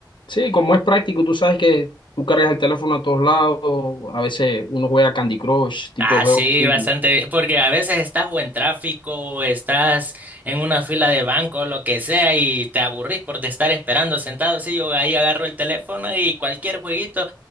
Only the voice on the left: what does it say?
Sí, como es práctico, tú sabes que tú cargas el teléfono a todos lados, a veces uno juega Candy Crush, tipo
de juegos
así.